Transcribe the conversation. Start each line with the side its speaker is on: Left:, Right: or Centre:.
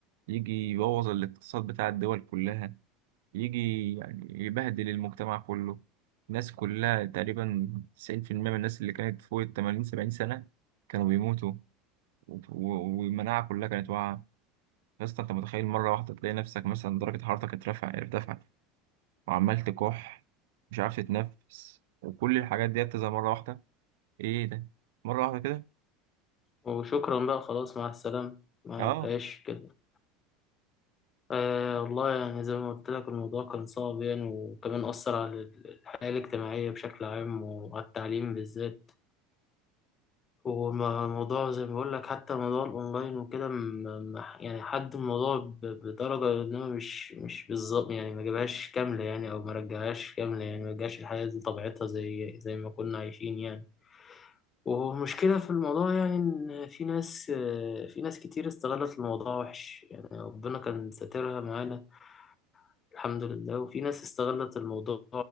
Right: يجي يبوظ الاقتصاد بتاع الدول كلها يجي يعني يبهدل المجتمع كله الناس كلها تقريبا 90% من الناس اللي كانت فوق ال 80 70 سنه كانوا بيموتوا و- و- والمناعه كلها كانت واقعه يا اسطى انت متخيل مره واحده تلاقي نفسك مثلا درجه حرارتك اترفع ارتفع وعمال تكح مش عارف تتنفس وكل الحاجات دي تظهر مره واحده ايه ده مره واحده كده
Left: وشكرا بقى خلاص مع السلامة ما
Right: اه
Left: فيهاش كده آه والله يعني زي ما قلت لك الموضوع كان صعب يعني وكمان أثر على الحياة الاجتماعية بشكل عام وعلى التعليم بالذات وموضوع زي ما بقول لك حتى موضوع الاونلاين وكده م- م- يعني حد الموضوع ب- بدرجه انما مش مش بالظبط يعني ما جابهاش كامله يعني او ما رجعهاش كامله يعني ما رجعش الحياه دي طبيعتها زي زي ما كنا عايشين يعني ومشكله في الموضوع يعني ان في ناس آه، في ناس كتير استغلت الموضوع وحش يعني ربنا كان ساترها معانا الحمد لله وفي ناس استغلت الموضوع